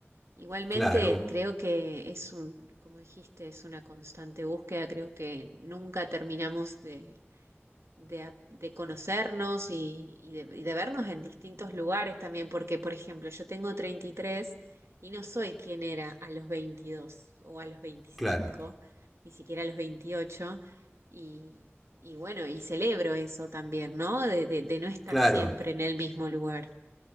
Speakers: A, on the right; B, in the centre.
A: igualmente,
B: claro,
A: creo que es un, como dijiste, es una constante búsqueda, creo que nunca terminamos de de, a- de conocernos y, y de, y de vernos en distintos lugares también, porque, por ejemplo, yo tengo treinta y tres y no soy quien era a los 22 o a los veinticinco
B: claro,
A: ni siquiera a los 28 y, y bueno, y celebro eso también, ¿no? De, de, de no estar
B: claro.
A: siempre en el mismo lugar.